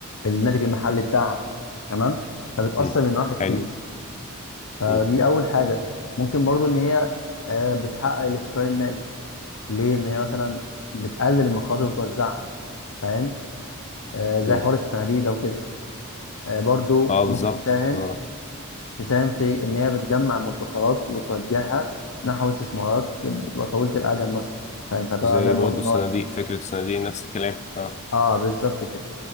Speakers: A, on the left; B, on the left.
A: الناتج المحلي بتاعها تمام فبتأثر
B: مم.
A: من نواحي كتير
B: حلو
A: فدي
B: مم.
A: اول حاجه ممكن برضو ان هي آه، بتحقق الاستقرار المالي ليه ان هي مثلا بتقلل المخاطر وبتوزعها فاهم آه، زي
B: مم.
A: حوار الصناديق ده وكده آه، برضو
B: اه بالظبط
A: ممكن تساهم
B: اه
A: تساهم في ان هي بتجمع المدخرات وتوجهها نحو استثمارات بتبقى طويله الاجل مثلا فاهم فده
B: زي
A: زي ما
B: برضه
A: قلنا إن
B: الصناديق
A: هو-
B: فكرة الصناديق نفس الكلام اه
A: اه بالظبط كده